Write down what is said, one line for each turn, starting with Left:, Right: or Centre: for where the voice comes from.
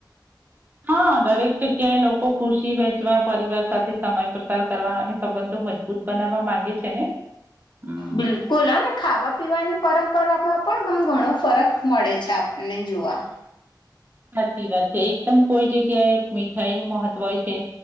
Right: હા દરેક જગ્યાએ લોકો ખુશી વહેંચવા પરિવાર સાથે સમય પસાર કરવા અને સંબંધો મજબૂત બનાવવા માંગે છે ને હમ્મ.
Left: બિલકુલ હ ને ખાવા પીવાની પરંપરા માં પણ ગમ ઘણો ફરક મળે છે આપણને જોવા
Right: સાચી વાત છે એકદમ કોઈ જગ્યાએ મીઠાઈ નું મહત્વ હોય છે